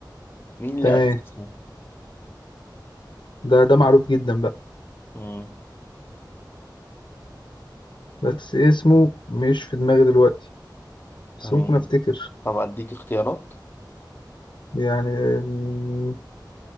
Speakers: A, on the left; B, on the left.
A: مين اللي
B: تمام
A: أسسها؟
B: ده ده معروف جدا بقى
A: مم.
B: بس اسمه مش في دماغي دلوقتي بس
A: تمام
B: ممكن افتكر
A: طب أديك اختيارات
B: يعني مم،